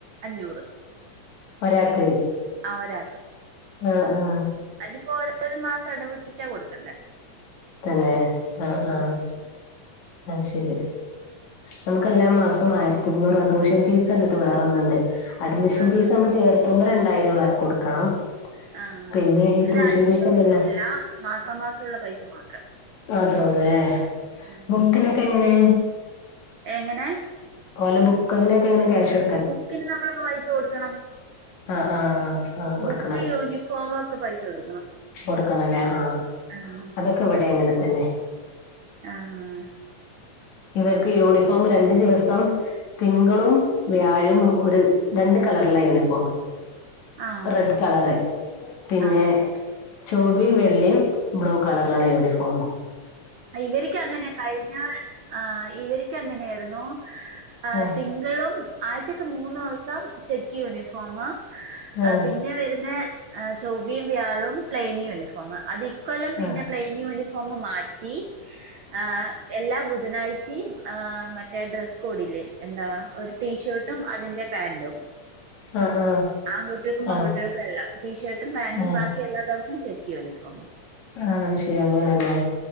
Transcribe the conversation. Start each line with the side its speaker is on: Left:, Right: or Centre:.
Right: അഞ്ഞൂറ്.
Left: ഒരാക്ക്.
Right: ആഹ് ഒരാക്ക്.
Left: ആഹ് ആ.
Right: അതിപ്പോ ഓരോ രോ മാസം ഇടവിട്ടിട്ടാ കൊടുക്കണ്ടേ.
Left: തന്നെ ആഹ് ആഹ്
Right: ഉം
Left: അഹ്ശരി നമുക്ക് എല്ലാ മാസവും ആയിരത്തി ഇരുന്നൂറാ ട്യൂഷൻ ഫീസർഞ്ഞിട്ട് വേറൊന്നുണ്ട് അഡ്മിഷൻ
Right: ആഹ്
Left: ഫീസ് നമ്മൾ ചേർത്തുമ്പോ രണ്ടായിരം കൊടുക്കണം
Right: ആഹ്
Left: പിന്നെ ഈ
Right: ഇവിടെ
Left: ട്യൂഷൻ
Right: അഡ്മിഷൻ
Left: ഫീസല്ലല്ലോ
Right: ഫീസ് ഇല്ല മാസാമാസം ഉള്ള പൈസ മാത്രം
Left: മാത്രൊള്ളൂലേ
Right: ഉം
Left: ബുക്കിനൊക്കെ എങ്ങനെ
Right: എങ്ങനെ
Left: ഓലെ ബുക്കതിനൊക്കെങ്ങനെ ക്യാഷൊ
Right: ബുക്കിന് നമ്മളിപ്പോ പൈസ കൊടുക്കണം
Left: ആഹ് ആഹ് ആഹ് കൊടുക്കണം
Right: ബുക്ക് യൂണിഫോമൊക്കെ പൈസ കൊടുക്കണം
Left: കൊടുക്കണല്ലേ ആഹ്
Right: ആഹ്
Left: അതൊക്കെ ഇവിടെ അങ്ങനെത്തന്നെ
Right: ആഹ്
Left: ഇവര്ക്ക് യൂണിഫോമ് രണ്ടു ദിവസം തിങ്കളും വ്യാഴം ഒര് രണ്ട് കളറിലാ യൂണിഫോമ്
Right: ആഹ്
Left: റെഡ് കളറ് പിന്നെ
Right: ആഹ്
Left: ചൊവ്വിം വെള്ളിം ബ്ലൂ കളർള്ള്ള യൂണിഫോമ്
Right: ഇവര്ക്കങ്ങനെ കഴിഞ്ഞ ആഹ് ഇവര്ക്ക് അങ്ങനെയായിരുന്നു ആ
Left: ആഹ്
Right: തിങ്കളും ആഴ്ചക്ക് മൂന്ന് ദിവസം ചെക്ക് യൂണിഫോമ്
Left: ആഹ്
Right: പിന്നെ വരുന്നെ ആഹ് ചൊവ്വിം വ്യാഴും പ്ലെയിൻ യൂണിഫോമ് അതിക്കൊല്ലം പിന്നെ
Left: ആഹ്
Right: പ്ലെയിൻ യൂണിഫോമ് മാറ്റി റ്റി ആഹ് എല്ലാ ബുധനാഴ്ച്ചിം മറ്റേ ഡ്രസ്സ് കോഡില്ലേ എന്താ ഒരു ടീഷർട്ടും അതിന്റെ പാന്റും
Left: ആഹ്
Right: ആൺകുട്ട്യൾക്കും പെൺകുട്ടികൾക്കും
Left: ആഹ്
Right: എല്ലാം ടീഷർട്ടും പാന്റും
Left: ആഹ്
Right: ബാക്കി
Left: ആഹ്
Right: എല്ലാ ദിവസും ചെക്ക് യനിഫോമും
Left: ആഹ്ശരി അങ്ങനേല്ലേ